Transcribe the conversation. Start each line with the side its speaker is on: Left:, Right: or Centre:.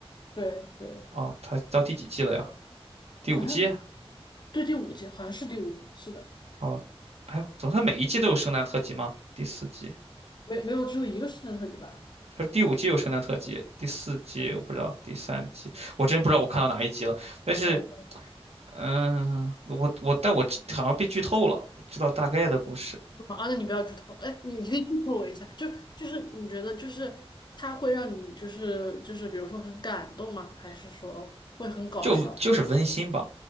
Left: 对对，
Right: 哦，它到第几季了呀？第五季？
Left: 好像对第五季，好像是第五季，是的，
Right: 哦，哎呦，怎么它每一季都有圣诞特辑吗？第四季，
Left: 没没有只有一个圣诞特辑吧？
Right: 它是第五季有圣诞特辑，第四季我不知道，第三季我真不知道我看到哪一集了。但是，
Left: 哦，
Right: 嗯、我我但我知好像被剧透了，我知道大概的故事。
Left: <laughs> 啊，那你不要剧透，哎，你可以剧透我一下，就就是你觉得就是它会让你就是就是比如说很感动吗？还是说会很搞笑？
Right: 就就是温馨吧，